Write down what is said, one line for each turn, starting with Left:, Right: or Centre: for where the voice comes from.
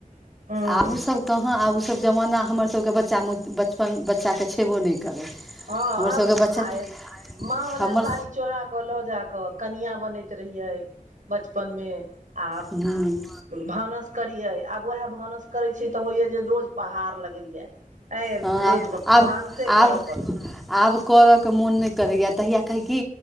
Right: हूं
Centre: आब उ सब कहाँ आब ओसभ जमाना हमरसभके बच्चा- बचपन बच्चाकेँ छेबो नहि करै।
Right: हँ
Centre: हमरसभके बच्चा
Right: आ
Centre: तऽ
Right: माँ वला
Centre: हमर
Right: साड़ी चोरा कलऽ जाकऽ कनिआ बनैत रहियै बचपन में आ
Centre: हँ
Right: भानस करियै, आब उएह भानस करैत छीयै तऽ होइए जे रोज पहाड़ लगैया। अ
Centre: हँ
Right: रोज
Centre: आब
Right: भानस करब।
Centre: आब आब करय के मोन नहि करैए तहिया कहै की